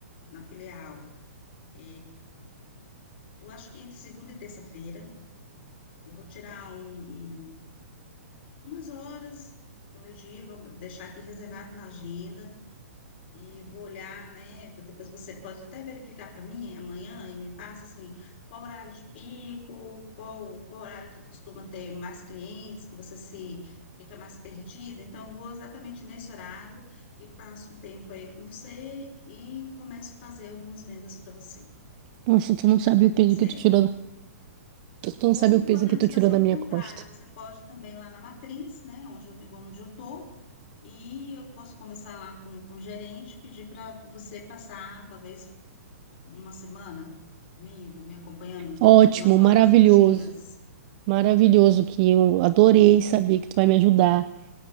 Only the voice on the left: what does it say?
na filial. É, eu acho que entre segunda e terça-feira eu vou tirar um um umas horas do meu dia, vou deixar aqui reservado na agenda e vou olhar, né? Depois você pode até verificar para mim amanhã e me passa assim, qual horário de pico, qual, qual horário que costuma ter mais clientes, que você se fica mais perdida. Então, eu vou exatamente nesse horário e passo um tempo aí com você e começo a fazer algumas vendas para você.
Você
me
observa.
Ou
podemos
fazer
o
contrário,
você pode também lá na matriz, né, onde eu, me- onde eu tô E eu posso conversar lá com, com o gerente, pedir para você passar talvez uma semana comigo, me acompanhando
algumas horas,
uns dias.